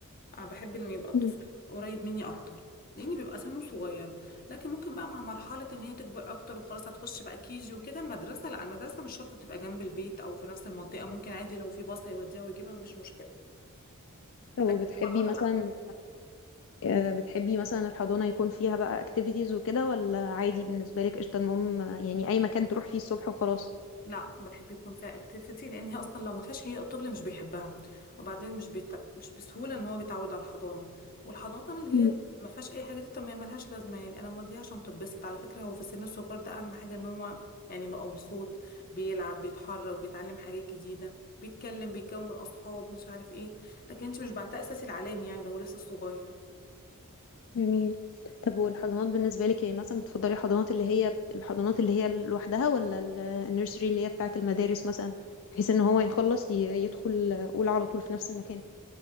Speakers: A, on the left; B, on the left.
A: انا بحب ان يبقى الطفل
B: مم.
A: قريب مني اكتر لان بيبقى سنه صغير لكن ممكن بقى مع مرحله ان هي تكبر اكتر وخلاص هتخش بقى كيجي وكده المدرسه لا المدرسه مش شرط تبقى جنب البيت او في نفس المنطقه ممكن عادي لو في باص هيوديها ويجيبها مفيش مشكله
B: طب
A: لكن
B: وبتحبي
A: الحضانه
B: مثلا
A: لا
B: آه، بتحبي مثلا الحضانة يكون فيها بقى اكتيفيتيز وكده ولا عادي بالنسبة لك قشطة المهم آه، يعني أي مكان تروح فيه الصبح وخلاص
A: لا بحب يكون فيها اكتيفيتي لان هي اصلا لو ما فيهاش هي الطفل مش بيحبها وبعدين مش بيت... مش بسهوله ان هو بيتعود على الحضانه والحضانه اللي
B: مم.
A: هي ما فيهاش اي حاجه دي طب ما هي ملهاش لازمه يعني انا موديها عشان تتبسط على فكره هو في السن الصغير ده اهم حاجه ان هو يعني يبقى مبسوط بيلعب بيتحرك بيتعلم حاجات جديده بيتكلم بيكون اصحاب مش عارف ايه لكن انت مش بعتها اساسي العلامي يعني ده هو لسه صغير
B: جميل طب والحضانات بالنسبة لك يعني مثلا بتفضلي الحضانات اللي هي الحضانات اللي هي لوحدها ولا النيرسري اللي هي بتاعة المدارس مثلا بحيث ان هو يخلص ي- يدخل أولى على طول في نفس المكان